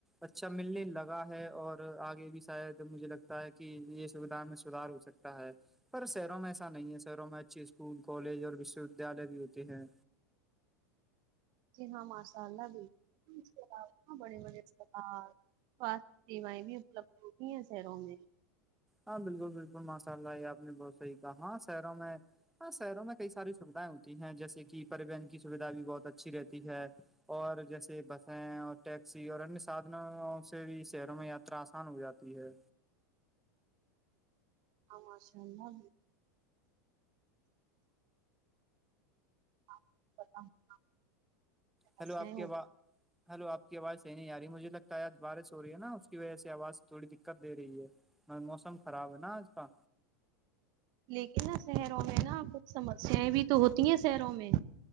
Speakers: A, in the centre; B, on the right.
A: اچھا ملنے لگا ہے اور آگے بھی شاید مجھے لگتا ہے کہ یہ سویدھا میں سوداھار ہو سکتا ہے پر شہروں میں ایسا نہیں ہے شہروں میں اچھیے اسکول کالج اور وشو ودیالیہ بھی ہوتے ہیں
B: جی ہاں ماشاء اللہ بھی <unintelligible> استاد بڑے بڑے استاد سواستھ سیوائیں بھی اپلبدھ ہوتی ہیں شہروں میں
A: ہاں بالکل بالکل ماشاء اللہ یہ آپ نے بہت صحیح کہا ہاں شہروں میں ہاں شہروں میں کئی ساری سویدھائیں ہوتی ہیں جیسے کہ پرریوہن کی سویدھا بھی بہت اچھی رہتی ہے اور جیسے بسیں اور ٹیکسی اور انیہ سادھنوں سے بھی شہروں میں یاترا آان ہو جاتی ہے
B: ہاں ماشاء اللہ بھی <inaudible> سمسیایں
A: ہیلو آپ
B: ہوتی
A: کی ہلو آپ کی آواز صحیح نہیں آ رہی مجھے لگتا ہے آج بارش ہو رہی ہے نا اس کی وجہ سے آواز تھوڑی دیقت دے رہی ہے موسم خراب ہے نا آج کا
B: لیکن نا شہروں میں نا کچھ سمسیایں بھی تو ہوتی ہیں شہروں میں